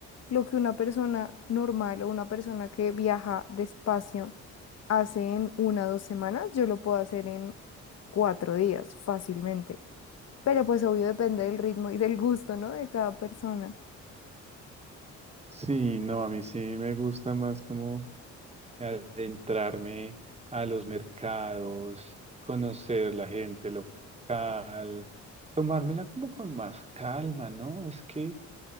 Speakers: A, on the left; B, on the right.
A: lo que una persona normal o una persona que viaja despacio hace en una o dos semanas, yo lo puedo hacer en cuatro días fácilmente. Pero pues obvio depende del ritmo y del gusto, ¿no? De cada persona.
B: Sí, no, a mí sí me gusta más como... Adentrarme a los mercados, conocer la gente local tomármela como con más calma, ¿no? Es que